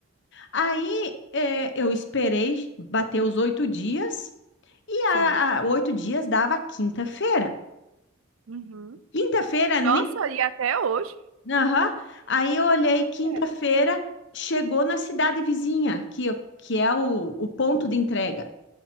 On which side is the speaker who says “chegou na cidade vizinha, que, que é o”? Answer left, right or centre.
Left